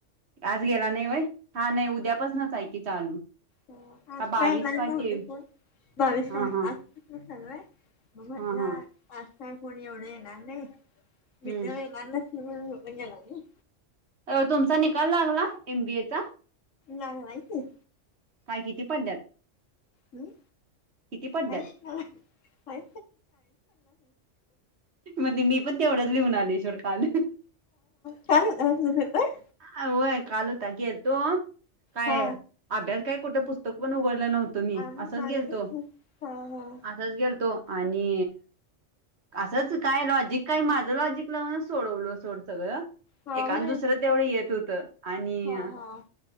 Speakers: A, on the right (about 60°); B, on the left (about 85°).
A: आज गेला नाही वय हा नाही उद्यापास नाच आहे की चालू
B: हो आज
A: बावीस
B: काय नाही
A: तेवीस
B: बावीस
A: हा
B: आज
A: हा
B: कि लू आहे. <unintelligible>
A: हा हा
B: कोणी एवढं येणार नाही विज
A: हम्म
B: येणार ना सिेण येणार नाही.
A: अ तुमचा निकाल लागला एमबीएचा
B: जाग नाहीयच
A: काय किती पडल्यात
B: हम्
A: किती पडल्यात
B: अशाला
A: मण मी पण तेवढंच लिहून आलेश्वर काल
B: छान होता तुझा पेपर
A: ह होय काल होता गेल तो काय
B: हा
A: अभ्यास काय कुठ पुस्तक पण उघडलं न तुम मी
B: आम्ही
A: असच
B: माझं
A: गेलतो
B: पण हा हा
A: असंच गेलतो आणि असंच काय लॉजिक काही माझं लॉजिक लावूनच सोडवल सोड सगळं
B: हा
A: एक
B: होय
A: आणि दुसरं तेवढं येत होत आणि
B: हा हा